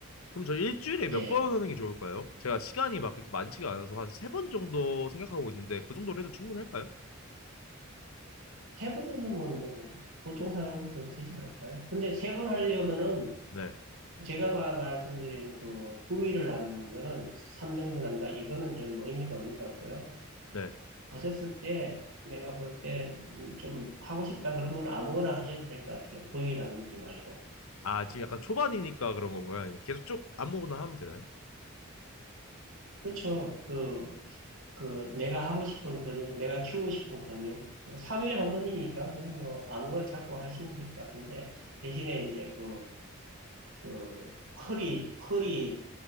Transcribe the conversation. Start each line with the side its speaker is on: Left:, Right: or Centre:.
Left: 그럼 저 일주일에
Right: 예
Left: 몇 번 하는 게 좋을까요? 제가 시간이 막 그렇게 많지가 않아서 한 세 번 정도 생각하고 있는데 그 정도로 해도 충분할까요?
Right: 세 번이면 뭐 보통 사람으로서 되지 않을까요? 근데 세 번 하려면은
Left: 네,
Right: 제가 봐- 말씀드린 그 부위를 나누는 거는 3등 분한다. 이거는 좀 뭐 의미가 없는 것 같고요.
Left: 네.
Right: 하셨을 때 내가 볼 때 좀 하고 싶다 그러면 아무거나 하셔도 될 것 같아요. 부위 나누지 말고.
Left: 아, 지금 약간 초반이니까 그런 건가요? 아니면 계속 쭉 아무거나 하면 되나요?
Right: 그렇죠. 그, 그 내가 하고 싶은 근육, 내가 키우고 싶은 근육. 삼일에 한 번이니까 그냥 뭐 아무거나 자꾸 하시면 될 것 같은데 대신에 이제 그 그 허리 허리